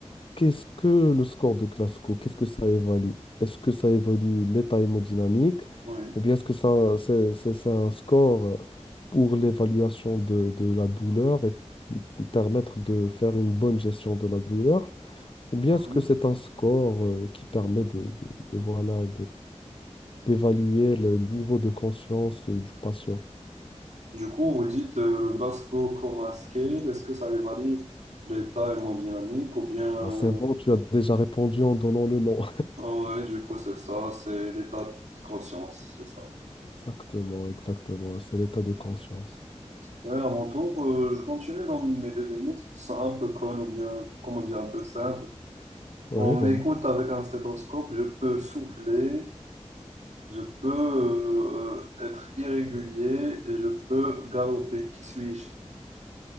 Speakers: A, on the left; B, on the right.
A: qu'est-ce que le score de Glasgow? Qu'est-ce que ça évalue? Est-ce que ça évalue l'état hémodynamique
B: Oui.
A: ou bien est-ce que ça, c'est, c'est- c'est un score euh, pour l'évaluation de, de la douleur et permettre de faire une bonne gestion de la douleur? Ou bien
B: Mhm.
A: est-ce que c'est un score euh, qui permet de, de, de, voilà, d'évaluer le niveau de conscience euh, du patient.
B: Du coup, vous dites euh, le glascocomasqué, est-ce que ça évalue l'état hémodynamique ou bien... euh,
A: Ah, c'est bon, tu as déjà répondu en donnant le nom.
B: ah ouais, du coup, c'est ça, c'est l'état de conscience, c'est ça.
A: <laughs> Exactement, exactement. C'est l'état de conscience.
B: Ouais, à mon tour, euh, je continue dans mes devinettes qui sont un peu connes ou bien, comment dire, un peu simples.
A: Ouais,
B: On m'écoute
A: vas-y.
B: avec un stéthoscope, je peux souffler, Je peux euh, être irrégulier et je peux galoper. Qui suis-je?